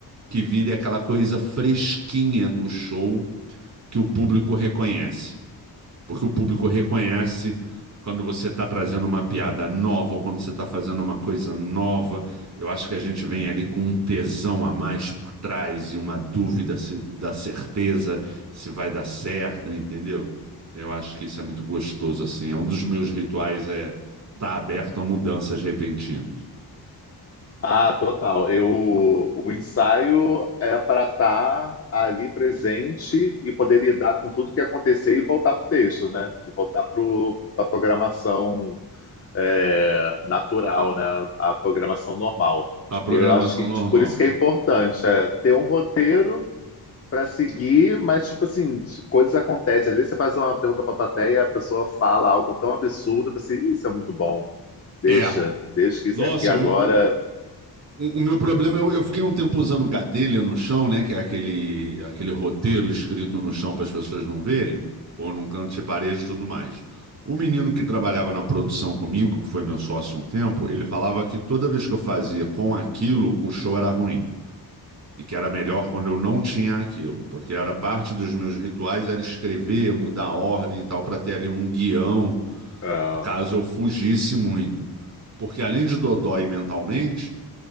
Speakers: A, on the right; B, on the left.
A: que vire aquela coisa fresquinha do show que o público reconhece. Porque o público reconhece quando você está trazendo uma piada nova ou quando você está fazendo uma coisa nova. Eu acho que a gente vem ali com um tesão a mais por trás e uma dúvida se- da certeza se vai dar certo, entendeu? Então, Eu acho que isso é muito gostoso, assim. É um dos meus rituais é estar aberto a mudanças repentinas.
B: Ah, total. Eu, o ensaio é para estar ali presente e poder lidar com tudo que acontecer e voltar para o texto, né? E voltar para a programação é, natural, né? A programação normal.
A: A programação
B: Eu acho que
A: normal.
B: tipo, por isso que é importante é, ter um roteiro Pra seguir, mas tipo assim, coisas acontecem. Às vezes você faz uma pergunta pra plateia e a pessoa fala algo tão absurdo, para assim, isso é muito bom. Deixa,
A: né? É.
B: deixa que isso
A: Nossa,
B: aqui agora.
A: o meu- O, o meu problema, eu, eu fiquei um tempo usando Gadelha no chão, né? Que é aquele, aquele roteiro escrito no chão para as pessoas não verem, ou num canto de parede e tudo mais. O menino que trabalhava na produção comigo, que foi meu sócio um tempo, ele falava que toda vez que eu fazia com aquilo, o show era ruim. E que era melhor quando eu não tinha aquilo. Porque era parte dos meus rituais, era escrever, mudar a ordem e tal, para ter ali um guião,
B: ah,
A: caso eu fugisse muito. Porque além de dodói mentalmente,